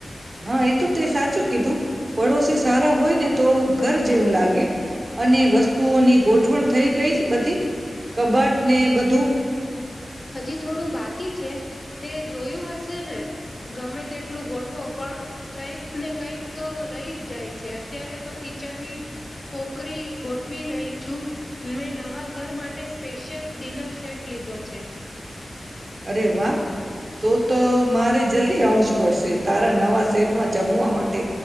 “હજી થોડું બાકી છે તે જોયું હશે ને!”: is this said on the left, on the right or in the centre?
Left